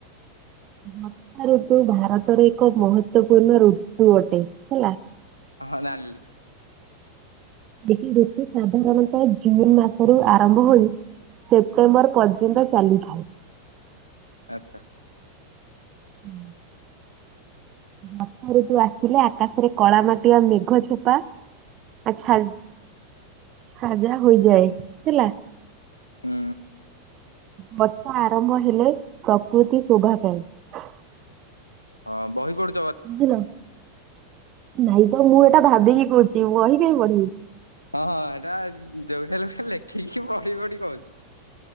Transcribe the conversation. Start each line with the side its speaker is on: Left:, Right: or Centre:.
Right: ବର୍ଷା ଋତୁ ଭାରତରେ ଏକ ମହତ୍ୱ ପୂର୍ଣ୍ଣ ଋତୁ ଅଟେ ହେଲା।
Left: ହଁ ଜାଣିଲି।
Right: ଏହି ଋତୁ ସାଧାରଣତଃ ଜୁନ ମାସରୁ ଆରମ୍ଭ ହୋଇ ସେପ୍ଟେମ୍ବର ପର୍ଯ୍ୟନ୍ତ ଚାଲିଥାଏ।
Left: ଆଚ୍ଛା।
Right: <inaudible> ବର୍ଷା ଋତୁ ଆସିଲେ ଆକାଶରେ କଳା ମାଟିଆ ମେଘ ଛେପା ଆଛା। ସାଜା ହୋଇଯାଏ ହେଲା।
Left: ହୁଁ।
Right: ବର୍ଷ ଆରମ୍ଭ ହେଲେ ପ୍ରକୃତି ଶୋଭା ପାଏ ।
Left: ହଁ ବହି କୋଉ
Right: ବୁଝିଲ। ନାଇଁ ତ ମୁଁ ଏଟା ଭାବିକି କହୁଛି ବହି କାଇଁ ପଢିବି ।
Left: ହଁ ହଁ ଏଟା ଯୋଉଠି ହେଲେ ତ ଲେଖିକି ପଢି ପଢି କହୁଚ।